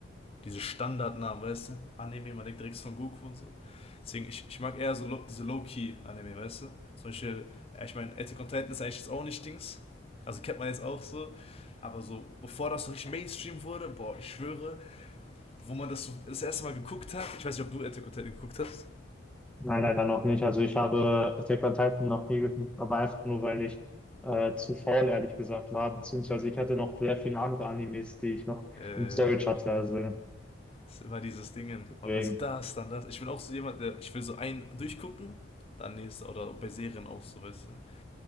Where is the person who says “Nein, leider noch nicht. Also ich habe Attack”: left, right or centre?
Centre